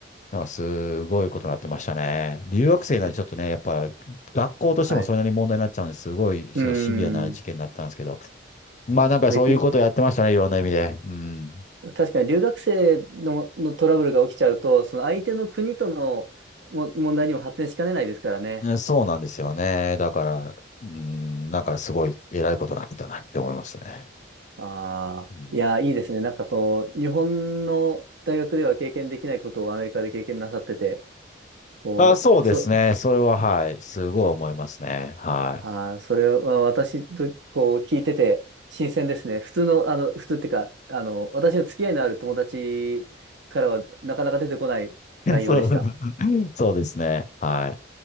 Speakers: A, on the left; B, on the right.
A: なんかすごいことになってましたね。留学生なんでちょっとね、
B: Yes
A: やっぱ学校としてもそれなりに問題になっちゃうんですごいちょっとシビアな事件になってたんですけど。
B: はい。うん。
A: まあなんかそういうことをやってましたね、
B: で、け
A: いろんな意味で。うん。
B: 確かに留学生の、のトラブルが起きちゃうと、その相手の国とのも問題にも発展しかねないですからね。
A: うんそうなんですよね。だから、うん、なんかすごい偉いことになってたなって思いますね。
B: ああ、
A: うん、
B: いや、いいですね。なんかこう、日本の大学では経験できないことをアメリカで経験なさってて、こう、
A: あ、そうですね。
B: わそ、
A: それははい。すごい思いますね。は
B: ああ、それは私とこう聞いてて新鮮ですね。普通の、あの、普通っていうか、あの、私の付き合いのある友達からはなかなか出てこない内容でした。
A: い。<laughs> そう、<laughs> そうですね。はい。